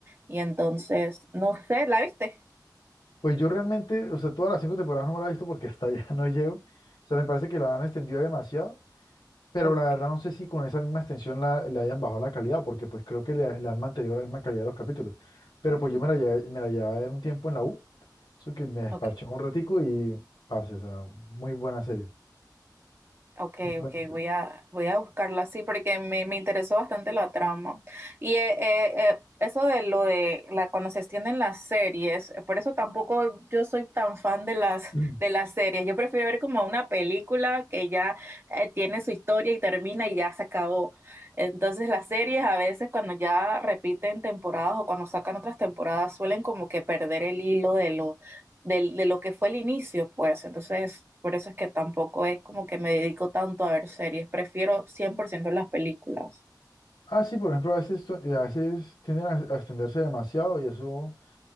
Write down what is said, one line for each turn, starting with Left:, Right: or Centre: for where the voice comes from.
Right: Y entonces, no sé, ¿la viste?
Left: Pues yo realmente, o sea, todas las cinco temporadas no me la he visto porque hasta allá <laughs> no llego. O sea, me parece que la han extendido demasiado, pero
Right: Ok,
Left: la verdad no sé si con esa misma extensión la, le hayan bajado la calidad, porque pues creo que le, le han mantenido la misma calidad a los capítulos. Pero pues yo me la llevé, me la llevé a ver un tiempo en la U, eso que me desparché
Right: ok.
Left: un ratico y, parce, o sea, muy buena serie.
Right: Ok,
Left: muy buena.
Right: ok, voy a, voy a buscarla así porque me, me interesó bastante la trama. Y eh, eh, eh, eso de lo de la, cuando se extienden las series, eh, por eso tampoco yo soy tan fan de las,
Left: <clears throat>
Right: de las series. Yo prefiero ver como una película que ya eh, tiene su historia y termina y ya se acabó. Entonces las series a veces cuando ya repiten temporadas o cuando sacan otras temporadas suelen como que perder el hilo de lo del- de, lo que fue el inicio, pues. Entonces, por eso es que tampoco es como que me dedico tanto a ver series. Prefiero cien por ciento las películas.
Left: Ah, sí, por ejemplo, a veces, son- a veces tienden a, a extenderse demasiado y eso O